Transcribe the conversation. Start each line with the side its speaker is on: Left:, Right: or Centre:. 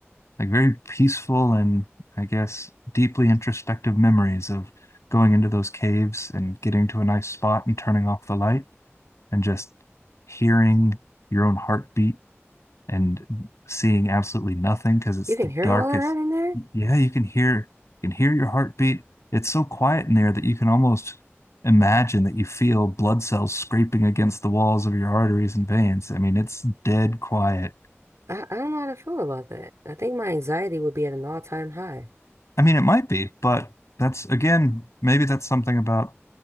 Left: like, very peaceful and I guess deeply introspective memories of going into those caves and getting to a nice spot and turning off the light and just hearing your own heartbeat and seeing absolutely nothing because it's
Right: You
Left: the
Right: can hear
Left: darkest.
Right: all of that in there?
Left: Yeah, you can hear you can hear your heartbeat. It's so quiet in there that you can almost imagine that you feel blood cells scraping against the walls of your arteries and veins. I mean, it's dead quiet.
Right: I, I don't know how to feel about that. I think my anxiety would be at an all-time high.
Left: I mean, it might be, but that's again, maybe that's something about